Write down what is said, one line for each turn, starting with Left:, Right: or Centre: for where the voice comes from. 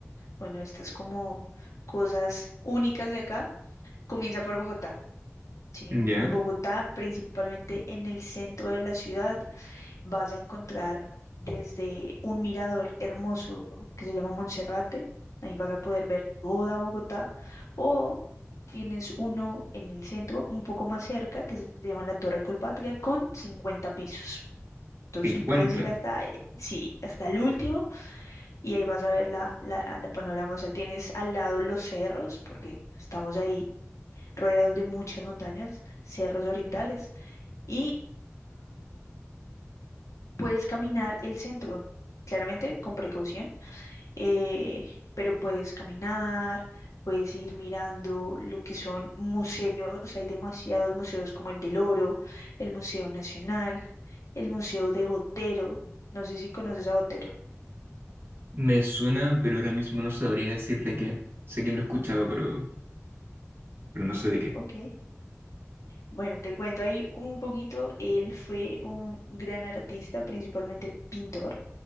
Left: bueno, estas como cosas únicas de acá, comienza por Bogotá, ¿sí?
Right: ¿Ya?
Left: En Bogotá, principalmente en el centro de la ciudad, vas a encontrar desde un mirador hermoso que se llama Monserrate, ahí vas a poder ver toda Bogotá, o tienes uno en el centro, un poco más cerca, que se llama la Torre Colpatria, con 50 pisos. Entonces
Right: cincuenta
Left: tú puedes ir hasta, eh, sí, hasta el último y ahí vas a ver la, la, la panorama. O sea, tienes al lado los cerros, porque estamos ahí rodeados de muchas montañas, cerros orientales, y Puedes caminar el centro, claramente con precaución, eh, pero puedes caminar, puedes ir mirando lo que son museos. Hay demasiados museos como el del Oro, el Museo Nacional, el Museo de Botero. No sé si conoces a Botero.
Right: Me suena, pero ahora mismo no sabría decir de qué. Sé que lo he escuchado, pero, pero no sé de qué.
Left: Ok. Bueno, te cuento ahí un poquito. Él fue un gran artista, principalmente pintor.